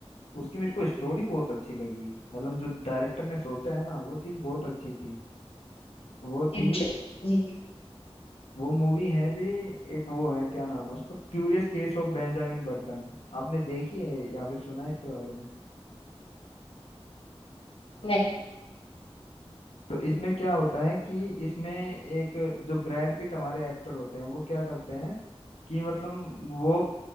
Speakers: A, on the left; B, on the left.
A: उसकी मेरे को स्टोरी बहुत अच्छी लगी मतलब जो डायरेक्टर ने सोचा है ना वो चीज़ बहुत अच्छी थी वो थी
B: जी नहीं
A: वो मूवी है जी एक वो है क्या नाम है उसका curious case of Benjamin Button आपने देखी है या फिर सुना है इसके बारे में
B: नहीं।
A: तो इसमें क्या होता है कि इसमें एक जो ब्रैड पिट हमारे एक्टर होते हैं वो क्या करते हैं कि मतलब वो